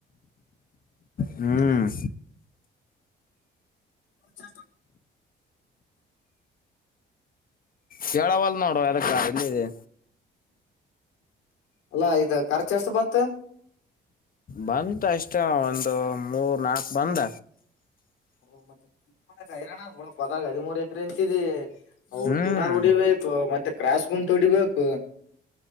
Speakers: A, on the left (about 85°); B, on the left (about 45°).
A: ಎರಿನೆಲ್ಲ
B: ಹ್ಮ್
A: ಜ
B: ಕವಲ್ಲ ನೋಡುವ ಅದಕ್ಕ ಇಲ್ಲದೆ
A: ಅಲ್ಲಾ ಇ ಖರ್ಚಸ್ ಬಂತ
B: ಬಂದ ಅಷ್ಟ ಒಂದು ಮೂರ್ ನಾಲ್ಕು ಬಂದ
A: ಓ ಮತ್ತೆೈರಾಣ ಪತ್ತಾಗ ಹದಿಮೂರ್ ಎಕರೆ ಎಂತಿದಿ ಹ
B: ಹ್ಮ್
A: ಟಿಲರ್ ಹೊಡಿಬೇಕು ಮತ್ತೆ ಕ್ರಾಸ್್ ಗುಂಟು ಹೊಡಿಬೇಕು